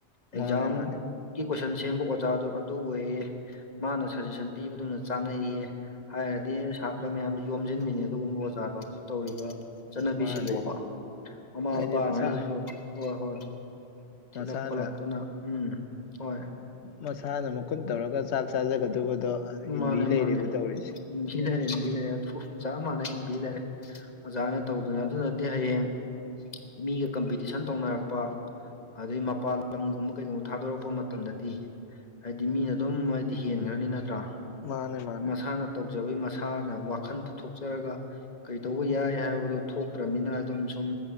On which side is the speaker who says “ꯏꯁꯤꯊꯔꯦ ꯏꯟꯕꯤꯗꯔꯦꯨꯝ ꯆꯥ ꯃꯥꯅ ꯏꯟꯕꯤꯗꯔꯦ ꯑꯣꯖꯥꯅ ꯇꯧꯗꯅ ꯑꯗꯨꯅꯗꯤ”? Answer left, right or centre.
Left